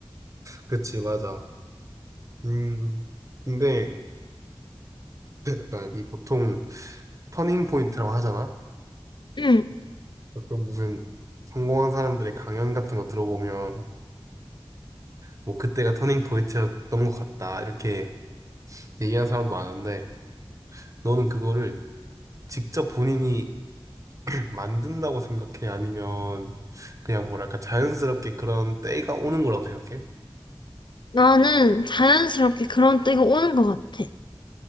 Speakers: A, on the right (about 35°); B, on the left (about 55°).
A: 그치, 맞아. 음, 근데 <laughs> 약간 이 보통 터닝 포인트라고 하잖아.
B: 응
A: 어떤 무슨 성공한 사람들의 강연 같은 거 들어보면 뭐 그때가 터닝 포인트였던 것 같다 이렇게 얘기하는 사람도 많은데 너는 그거를 직접 본인이 만든다고 생각해? 아니면 그냥 뭐랄까 자연스럽게 그런 때가 오는 거라고 생각해?
B: 나는 자연스럽게 그런 때가 오는 것 같아.